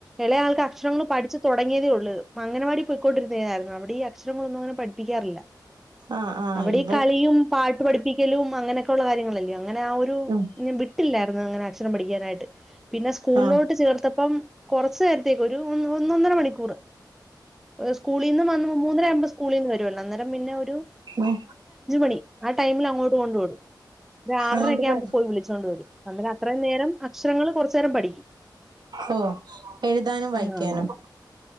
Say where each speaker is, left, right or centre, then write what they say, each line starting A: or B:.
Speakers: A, in the centre; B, on the right.
A: ഇളയ ആൾക്ക് അക്ഷരങ്ങൾ പഠിച്ച തൊടങ്ങിയതേ ഉള്ള് അങ്ങനവാടി പോയിക്കൊണ്ടിരുന്നതായിരുന്ന് അവിടെ ക്ഷരങ്ങളൊന്നും അങ്ങനെ പഠിപ്പിക്കാറില്ല
B: ആഹ് ആഹ്
A: അവിടെ
B: ഇ
A: ഈ കളിയും പാട്ട് പഠിപ്പിക് ക്കലും അങ്ങനൊക്കെള്ള കാര്യങ്ങള അങ്ങനെ ആ ഒരു
B: ഉം
A: ഞാൻ വിട്ടില്ലർന്നു <unintelligible> അക്ഷരം പഠിക്കാന്ണ്ട് പിന്നെ സ്കൂളിലോട്ട്
B: ആഹ്
A: ചേർത്തപ്പം കൊറച്ച് നേരത്തേക്ക് ഒരു ഒന്ന് ഒന്നൊന്നര മണിക്കൂർ ഹ് സ്കൂളിന്ന് വന്നു മൂന്നരാവുമ്പോ സ്കൂളിന്ന് വരും അന്നേരം പിന്ന ഒരു
B: ആഹ്
A: ണി ആ ടൈമിൽ അങ്ങോട്ട് കൊണ്ട് വിടും ഒരു ആറരയെക്കാവുമ്പോ
B: അങ്ങോട്ട് പറ
A: പോയി വിളിച്ചോണ്ട് വരും അന്നേരം അത്രയും നേരം അക്ഷരങ്ങൾ കൊറച് നേരം പഠിക്കും
B: ഓ എഴുതാനും വായിക്കാനും
A: ആ അങ്ങനെ